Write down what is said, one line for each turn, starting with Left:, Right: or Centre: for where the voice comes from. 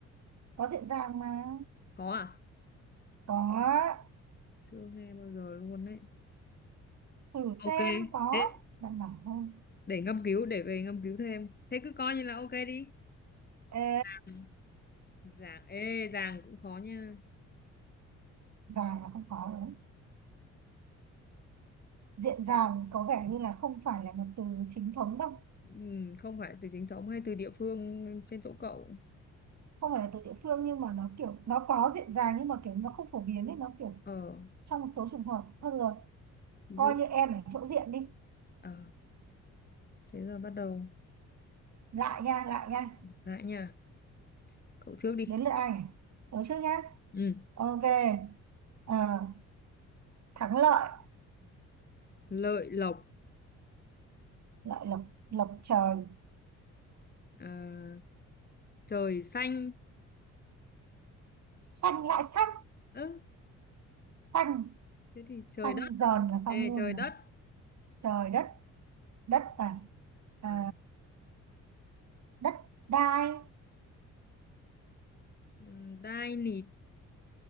Right: có diện dàng mà
Left: có à
Right: có
Left: chưa nghe bao giờ luôn đấy
Right: thử xem
Left: ok
Right: có
Left: thế
Right: đảm bảo không
Left: để ngâm cứu để về ngâm cứu thêm thế cứ coi như là ok đi
Right: Ê,
Left: Ừ. Giảng ê giảng cũng khó nha
Right: giàn là không có đúng. Diện giàn có vẻ như là không phải là một từ chính thống đâu.
Left: Ừm, không phải từ chính thống hay từ địa phương trên chỗ cậu
Right: Không phải là từ địa phương nhưng mà nó kiểu nó có diện giàn nhưng mà kiểu nó không phổ biến ấy, nó kiểu
Left: ờ
Right: trong một số trường hợp. Thôi được rồi,
Left: rượu
Right: coi như em ở chỗ diện đi.
Left: ờ thế giờ bắt đầu
Right: Lại nha, lại nha.
Left: lại nha cậu trước đi
Right: Đến lượt ai nhỉ? Tớ trước nhá.
Left: ừ.
Right: Ok. À, thắng lợi,
Left: lợi lộc
Right: lợi lộc, lộc trời.
Left: à, trời xanh
Right: Xanh lại xanh.
Left: ớ
Right: Xanh,
Left: thế thì trời
Right: xanh
Left: đất
Right: giòn là xong
Left: Ê,
Right: luôn
Left: trời
Right: này.
Left: đất
Right: Trời đất, đất là à,
Left: à,
Right: Ờ, đất đai,
Left: ừm, đai nịt